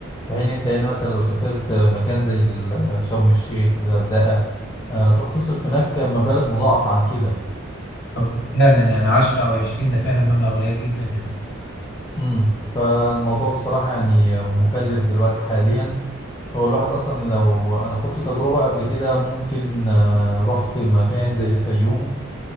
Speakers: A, on the left (about 20°); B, on the left (about 50°).
A: في حين أنت هنا مثلا لو سافرت مكان زي ال- آه، شرم الشيخ الغردقة آه، تروح تصرف هناك مبالغ مضاعفة عن كده
B: طب فعلا يعني عشرة أو عشرين ده فعلا مبلغ قليل جدا يعني
A: امم فالموضوع بصراحة يعني مكلف دلوقتي حاليا هو الواحد أصلا لو أنا خدت تجربة قبل كده ممكن آه، رحت مكان زي الفيوم